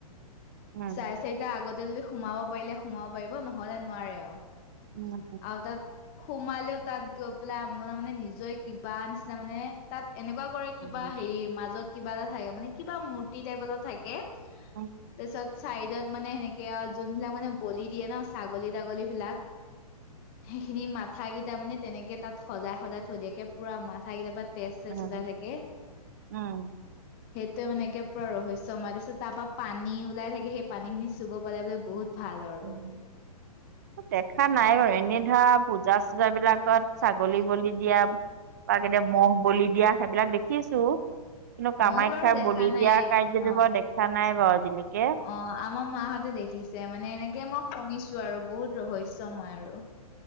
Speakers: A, on the right (about 25°); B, on the left (about 20°).
A: উম
B: চাৰে চাৰিটা আগতে যদি সোমাব পাৰিলে সোমাব পাৰিব, নহলে নোৱাৰে অ।
A: উম, <unintelligible>
B: আৰু তাত সোমালেও তাত গৈ পেলাই <unintelligible> মানে নিজয়ে কিবা নিচিনা মানে তাত এনেকুৱা কৰে কিবা
A: উম
B: হেৰি মাজত কিবা এটা থাকে মানে কিবা মূৰ্তি টাইপ অলপ থাকে। তাপিছত
A: উম উম
B: চাইডত মানে সেনেকে আও যোনবিলাক মানে বলি দিয়ে ন, ছাগলী তাগলী বিলাক? সেইখিনি মাথা কেইটা মানে তেনেকে তাত সজাই সজাই থৈ দিয়াকে পুৰা মাথা কিতা পা তেজ চেজ
A: উম
B: ওলাই
A: উম
B: থাকে।
A: উম
B: সে <unintelligible> এনেকে পোৰা ৰহস্য মায়। তাপিছত তা পা পানী ওলাই থাকে। সেই পানী খিনি চুব পালে বোলে বহুত ভাল
A: উম।
B: <unintelligible>
A: দেখা নাই অ। এনে ধৰা পূজা চুজা বিলাকত ছাগলী বলি দিয়া বা কেতিয়া মহ বলি দিয়া সেইবিলাক দেখি আছো। কিন্তু কামাখ্যা
B: ময়ো বাৰু দেখা
A: বলি
B: নাই
A: দিয়া কাৰ্যটো
B: অ
A: বাও দেখা নাই বাও আজিলেকে।
B: অ, আমাৰ মাহতে দেখিছে, মানে এনেকে মই শুনিছো আৰু বহুত ৰহস্য মই আৰু। <inaudible>